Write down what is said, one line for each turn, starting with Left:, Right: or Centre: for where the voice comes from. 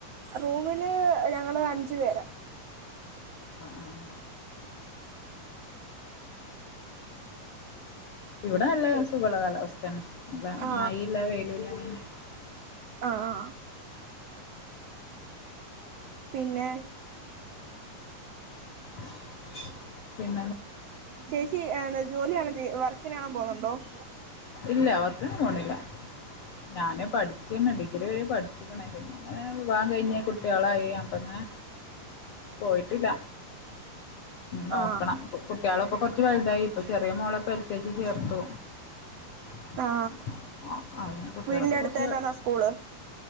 Right: റൂമില് ഞങ്ങള് അഞ്ചു പേരാ
Left: ആഹ് ഇവിടെ അല്ല
Right: പി
Left: സുഖള്ള കാലാവസ്ഥ തന്നെ ല്ല
Right: ആ
Left: മഴയില്ല വെയിലില്ല അങ്ങനെ
Right: ആ ആ പിന്നെ
Left: <inaudible> പിന്നെ
Right: ചേച്ചി ജോലിയാണോ വർക്കിന പോന്നുണ്ടോ <inaudible>
Left: ഇല്ല പോണില്ല ഞാന് പഠിച്ചീന് ഡിഗ്രി വരെ പഠി ചിക്കൻ നയ്ൻടീസ് പോവാൻ കഴിഞ് കുട്ടികളായി അപ്പങ്ങനെ പോയിട്ടില്ല നോക്കണം
Right: ആ
Left: കുട്ടികള ഇപ്പ കുറച്ച് വലുതായി ഇപ്പൊ ചെറിയ മോള് എ ൽ കെ ജി ചേർത്തു <inaudible>
Right: ആ
Left: അ അതിന് കുട്ടികളൊക്കെ
Right: വീടിന്റെ അടുത്ത്
Left: കൊറച്ചു
Right: തന്നെയാണോ സ്കൂള്